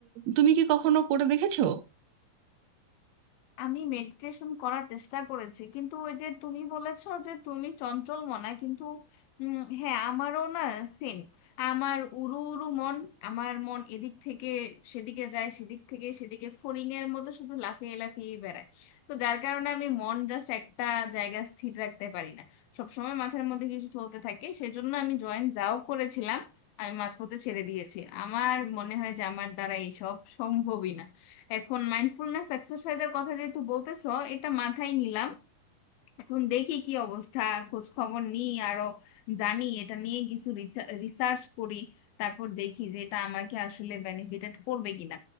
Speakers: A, on the right; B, on the left.
A: তুমি কি কখনো করে দেখেছো
B: আমি মেডিটেশন করার চেষ্টা করেছি কিন্তু ওই যে তুমি বলেছো যে তুমি চঞ্চল মনা কিন্তু উম, হ্যাঁ আমারও না সেম আমার উড়ু উড়ু মন আমার মন এদিক থেকে সেদিকে যায় সেদিক থেকে সেদিকে ফড়িং এর মতো শুধু লাফিয়ে লাফিয়ে বেড়ায় তো যার কারণে আমি মন জাস্ট একটা জায়গা স্থির রাখতে পারি না সবসময় মাথার মধ্যে কিছু চলতে থাকে সেজন্য আমি জয়েন যাও করেছিলাম আমি মাঝপথে ছেড়ে দিয়েছি আমার মনে হয় যে আমার দ্বারা এইসব সম্ভবই না এখন মাইন্ডফুলনেস এক্সারসাইজের কথা যেহেতু বলতেছো এটা মাথায় নিলাম এখন দেখি কি অবস্থা খোঁজ খবর নিই আরো জানি এটা নিয়ে কিছু রিসার্চ করি তারপর দেখি যে এটা আমাকে আসলে বেনিফিটেড করবে কিনা